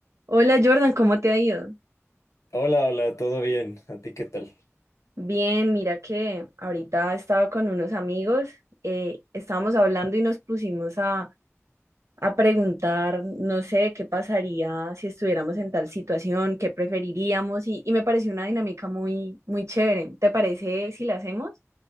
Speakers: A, on the right; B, on the left.
A: Hola Jordan, ¿cómo te ha ido?
B: Hola, hola, ¿todo bien? ¿A ti qué tal?
A: Bien, mira que ahorita estaba con unos amigos, eh, estábamos hablando y nos pusimos a, a preguntar, no sé, qué pasaría si estuviéramos en tal situación, qué preferiríamos y, y me pareció una dinámica muy, muy chévere. ¿Te parece si la hacemos?